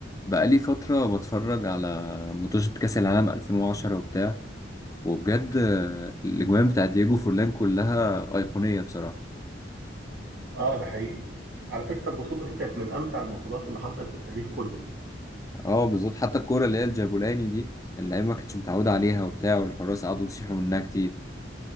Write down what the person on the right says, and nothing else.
اه ده حقيقي على فكرة البطولة دي كانت من أمتع البطولات اللي حصلت في التاريخ كله.